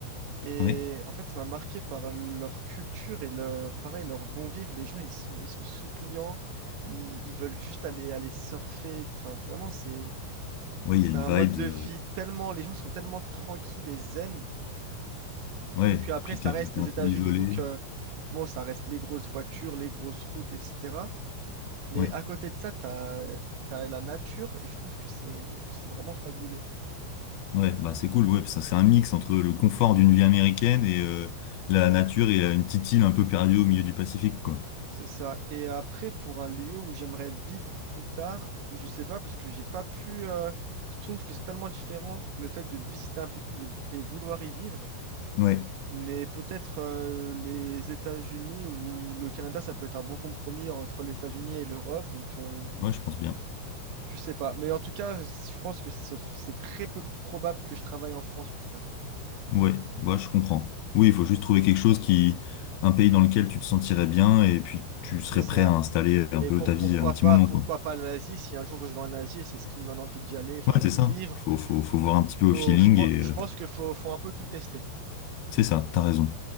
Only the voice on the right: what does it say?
Et
en fait, ça m'a marqué par leur culture et leur, pareil, leur bon vivre. Les gens, ils sont, ils sont souriants, ils, ils veulent juste aller, aller surfer. Enfin, vraiment, c'est,
c'est
un
mode de
vie tellement, les gens sont tellement tranquilles et zen.
Et puis après,
ça
reste
les
États-Unis,
donc euh, bon, ça reste les grosses voitures, les grosses routes, etc. Mais
à côté de ça, tu as, la nature et je trouve que c'est, c'est vraiment fabuleux.
C'est ça. Et après, pour un lieu où j'aimerais vivre plus tard, je sais pas, parce que j'ai pas pu. euh, je trouve que c'est tellement différent le fait de visiter un pays et et vouloir y vivre.
Mais peut-être euh, les États-Unis ou le Canada, ça peut être un bon compromis entre les États-Unis et l'Europe. Donc, euh,
je sais pas. Mais en tout cas, je pense que ce- c'est très peu probable que je travaille en France plus tard.
C'est ça.
Et
pour
pourquoi
pas,
pourquoi
pas l'Asie, si un jour je vais en Asie, et c'est ce qui me donne envie d'y aller, enfin
d'y
vivre.
Faut-
je, pe-
je
pense qu'il faut, faut un peu tout tester.